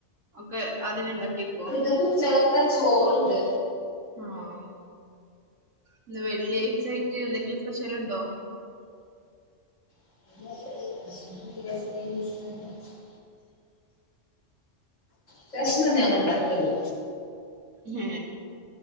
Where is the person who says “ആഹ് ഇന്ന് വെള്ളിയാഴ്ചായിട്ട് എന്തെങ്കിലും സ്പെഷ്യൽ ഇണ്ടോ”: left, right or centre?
Right